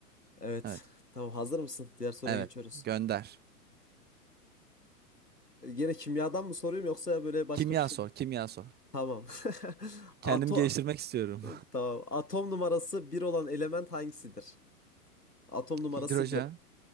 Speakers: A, on the left; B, on the right.
A: Evet.
B: Evet.
A: Tamam hazır mısın? Diğer soruya
B: Evet,
A: geçiyoruz.
B: gönder.
A: E, Gene kimyadan mı soruyorum yoksa böyle başka
B: Kimya
A: bir şey?
B: sor, kimya sor.
A: Tamam. <laughs> Ato
B: Kendimi geliştirmek istiyorum.
A: tamam. Atom numarası bir olan element hangisidir? Atom numarası
B: <laughs> Hidrojen.
A: bir